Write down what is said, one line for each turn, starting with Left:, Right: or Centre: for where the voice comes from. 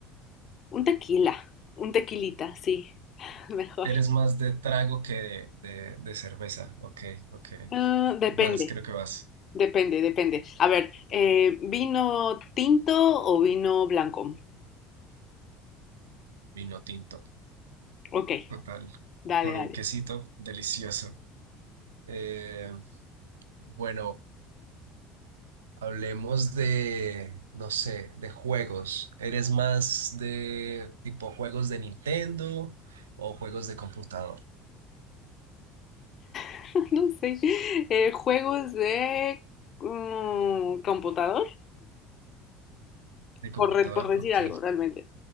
Left: Un tequila. Un tequilita, sí. <laughs> Mejor.
Right: Eres más de trago que de, de- de cerveza. Ok, ok.
Left: Ah, depende.
Right: Vas, creo que vas.
Left: Depende, depende. A ver, eh, ¿vino tinto o vino blanco?
Right: Vino tinto,
Left: Ok,
Right: total.
Left: dale,
Right: Con
Left: dale.
Right: un quesito delicioso. Eh, bueno, hablemos de, no sé, de juegos. ¿Eres más de tipo juegos de Nintendo o juegos de computador?
Left: <laughs> No sé. Eh, ¿juegos de mm, computador?
Right: De computador,
Left: Por, re- por decir
Right: ok.
Left: algo, realmente.